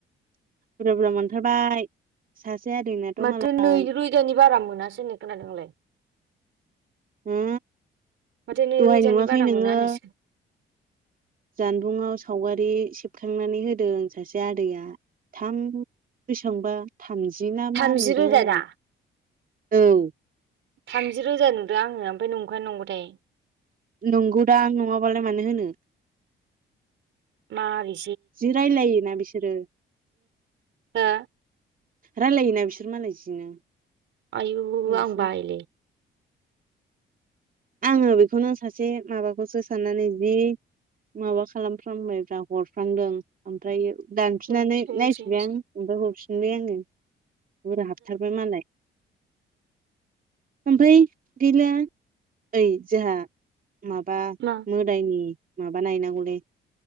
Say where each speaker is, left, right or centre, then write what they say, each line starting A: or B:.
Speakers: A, on the right; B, on the right.
A: बुरजा मोनथारबाय सासे आदैनाथ'
B: माथो
A: मालाय
B: नै रोजानि बारा मोनासो होननाय खोनादों आंलाय
A: हो
B: माथो नै
A: दहाय
B: रोजानि
A: नुवाखै
B: बारा
A: नोङो
B: मोना होननायसो
A: जानबुंआव सावगारि सेबखांनानै होदों सासे आदैया थाम बेसेबांबा थामजि ना
B: थामजि
A: मा नुदों
B: रोजा
A: आङो
B: दा
A: औ
B: थामजि रोजा नुदों आङो ओमफ्राय नंखायना नंगौथाय
A: नंगौ दां नङाबालाय मानो होनो।
B: मारै
A: जि रायलायोना बिसोरो
B: हा?
A: रायलायोना बिसोर मालाय जिनो
B: आयु
A: जोंनासो
B: आं बायोलै
A: आङो बेखौनो सासे माबाखौसो साननानै जि माबा खालामफ्लांबाय ब्रा हरफ्लांदों ओमफ्रायो दानफिननानै
B: ओमफ्राय
A: नायफिनबाय आं ओमफ्राय हरफिनबाय आङो बुरजा हाबथारबाय मालाय आमफाय गैला ओइ जोंहा माबा
B: मा
A: मोदायनि माबा नायनांगौलै